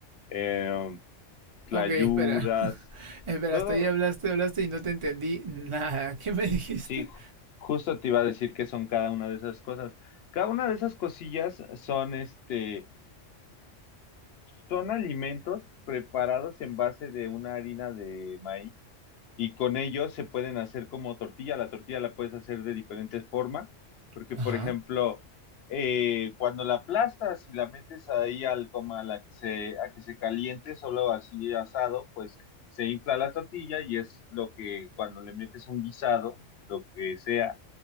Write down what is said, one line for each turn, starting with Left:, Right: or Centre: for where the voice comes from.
Left: eh, tlayudas,
Right: Ok, espera. <laughs> Espera,
Left: todo,
Right: hasta ahí hablaste, hablaste y no te entendí nada. <laughs> ¿Qué me dijiste?
Left: Sí, ju- justo te iba a decir que son cada una de esas cosas. Cada una de esas cosillas son este, son alimentos preparados en base de una harina de maíz y con ellos se pueden hacer como tortilla. La tortilla la puedes hacer de diferentes formas, porque
Right: Ajá.
Left: por ejemplo, eh, cuando la aplastas y la metes ahí al coma a la que se, a que se caliente, solo así asado, pues se infla la tortilla y es lo que cuando le metes un guisado, lo que sea